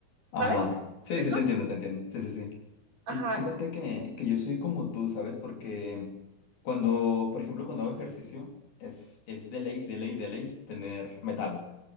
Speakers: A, on the left; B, on the right.
A: Ajá,
B: ¿sabes? ¿Me
A: sí,
B: explico?
A: sí, te entiendo, te entiendo, sí, sí, sí.
B: Ajá.
A: Y fíjate que, que yo soy como tú, ¿sabes? Porque cuando, por ejemplo, cuando hago ejercicio, es, es de ley, de ley, de ley tener metal